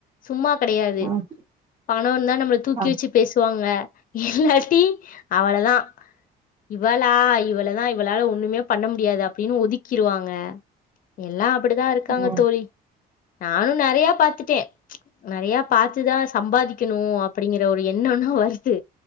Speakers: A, on the left; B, on the right.
A: சும்மா கடையாது
B: ம்
A: பணெ இந்தா நம்மள தூக்கி
B: ம்
A: வச்சு பேசுவாங்க இல்லாட்டி அவளதா இவளா இவளதா இவளால ஒன்னுமே பண்ண முடியாது அப்டின்னு ஒதுக்கிருவாங்க எல்லா அ ப்புடிதா இருக்காங்க
B: ம்
A: தோழி நானு நறையா பாத்துட்டே நறையா பாத்துதா சம்பாதிக்கெனு அப்பிடிங்கிற ஒரு எண்ணொனா வருது